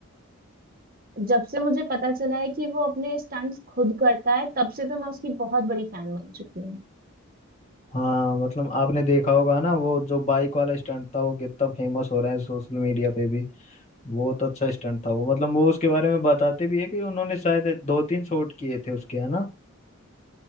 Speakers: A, on the right; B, on the left.
A: जब से मुझे पता चला है कि वो अपने स्टंट्स खुद करता है तब से तो मैं उसकी बहुत बड़ी फैन बन चुकी हूँ
B: हाँ मतलब आपने देखा होगा ना वो जो बाइक वाला स्टंट था वो कितना फेमस हो रहा है सोशल मीडिया पे भी बहुत अच्छा स्टंट था वो मतलब वो उसके बारे में बताते भी है कि उन्होंने शायद दो तीन शॉट किए थे उसके है ना